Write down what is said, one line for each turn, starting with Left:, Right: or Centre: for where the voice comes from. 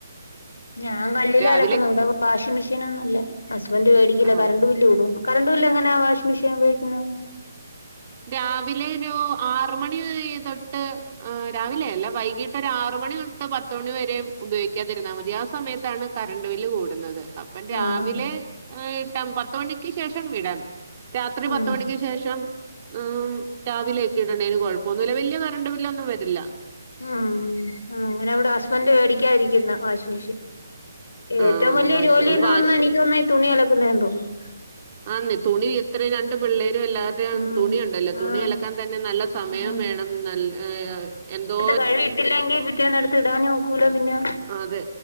Left: ഞാൻ കല്ലിലാ
Right: രാവിലെ
Left: അലക്കുന്നത് ഇവ്ട വാഷിംങ് മെഷീനൊന്നും ഇല്ല ഹസ്ബന്റ് വേടിക്കില്ല
Right: ആ
Left: കറണ്ട് ബില്ല് കൂടും. കറണ്ട് ബില്ല് എങ്ങനാ വാഷിംഗ് മെഷീൻ ഉപയോഗിക്കുന്ന
Right: രാവിലെ ഒരു ആറുമണി ആയതൊട്ട് ആ രാവിലെ അല്ല വൈകിട്ടൊരാറ്മണി തൊട്ട് പത്ത് മണിവ വരേം ഉപയോഗിക്കാതിരുന്നാ മതി ആ സമയത്താണ് കറണ്ട് ബില്ല് കൂടുന്നത് അപ്പം രാവിലെ
Left: ആഹ്
Right: ആയ്ട്ടം പത്ത് മണിക്ക് ശേഷം വിടാനാ രാത്രി
Left: ഉം
Right: പത്ത് മണിക്ക് ശേഷം മ് രാവിലെ ഒക്കെ ഇടണേന് കൊഴപ്പോന്നു ഇല്ല വലിയ കരണ്ട് ബില്ല് ഒന്നും വരില്ല
Left: ഉം ആഹ് അങ്ങനെ ഇവിടെ ഹസ്ബൻറ് വേടിക്കാതിരിക്കുന്ന് വാഷിംഗ് മെഷീൻ
Right: ആഹ്
Left: ഏറ്റവും വലിയ
Right: വാഷ്
Left: ജോലീന്ന്
Right: ഒരു വാഷ്
Left: വന്ന് എനിക്ക് തോന്ന്ന്ന് ഈ തുണി അലക്കുന്നെ എന്ന് തോന്നുന്നു
Right: ആന്നെ തുണി എത്രയും രണ്ട് പിള്ളേ ഇവര് എല്ലാരുടേം
Left: ഉം
Right: തുണി ഒണ്ടല്ലോ
Left: ആഹ്
Right: തുണി അലക്കാൻ തന്നെ നല്ല സമയം
Left: ഉം
Right: വേണം നൽ ആ യായ് എന്തോ
Left: കഴ്‌വി ഇട്ടില്ലങ്കി പിറ്റേന്ന് എട്ത്ത് ഇടാനും ഒക്കൂല പിന്നാ
Right: അതെ